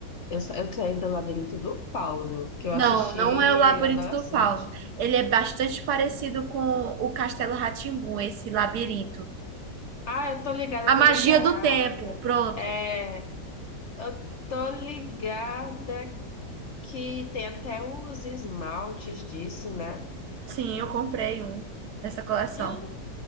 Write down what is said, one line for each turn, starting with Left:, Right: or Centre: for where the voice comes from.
Left: eu, sa- eu saí do Labirinto do Fauno, que eu
Right: Não,
Left: assisti
Right: não é o Labirinto
Left: adolescente.
Right: do Fauno. Ele é bastante parecido com o Castelo rá esse labirinto.
Left: Ah, eu tô ligada,
Right: A
Left: eu
Right: magia
Left: tô ligada.
Right: do tempo, pronto.
Left: É, eu Tô ligada que tem até os esmaltes disso, né?
Right: Sim, eu comprei um dessa coleção.
Left: É,